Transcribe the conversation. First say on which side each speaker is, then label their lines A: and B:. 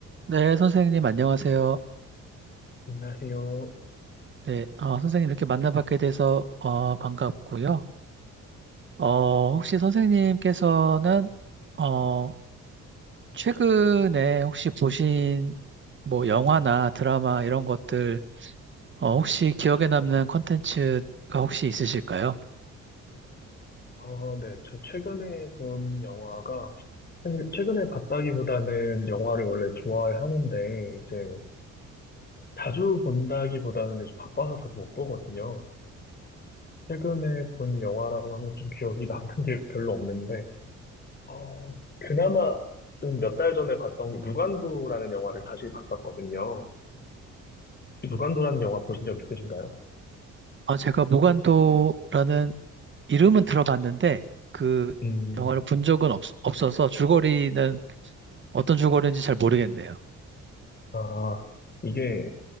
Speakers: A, on the right; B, on the left.
A: 네, 선생님 안녕하세요.
B: 안녕하세요.
A: 네, 어, 선생님 이렇게 만나뵙게 돼서 어, 반갑고요. 어, 혹시 선생님께서는 어, 최근에 혹시 보신 뭐 영화나 드라마 이런 것들 어, 혹시 기억에 남는 콘텐츠가 혹시 있으실까요?
B: 어, 네. 저 최근에 본 영화가, 사실 최근에 봤다기보다는 영화를 원래 좋아하는데, 이제 자주 본다기보다는 요즘 바빠서 자주 못 보거든요. 최근에 본 영화라고 하면 좀 기억이 <laughs> 나는 게 별로 없는데, 어, 그나마 좀 몇 달 전에 봤던 게 무간도라는 영화를 다시 봤었거든요. 혹시 무간도라는 영화 보신 적 있으신가요?
A: 아, 제가 무간도라는 이름은 들어봤는데 그
B: 음,
A: 영화를 본 적은 없, 없어서 줄거리는 어떤 줄거리인지 잘 모르겠네요.
B: 아, 이게